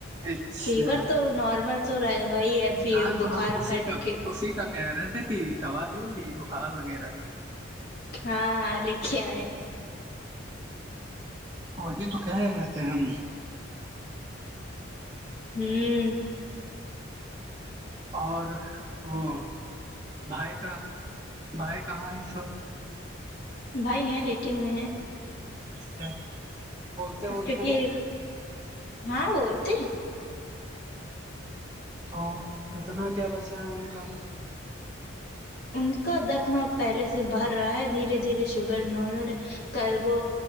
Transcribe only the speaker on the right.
اچھا
ہاں
تو ہم اسی
کا اسی کا کہہ رہا تھ تھا کہ دوا لے لی بخار وغیرہ بھی
ہاں وہی تو کہہ رہتے ہم
اور وہ بھائی کا بھائی کہاں ہے اس وقت
چ بولتے بولتے
ہیں
تو کتنا کیا بچا ہے ان کا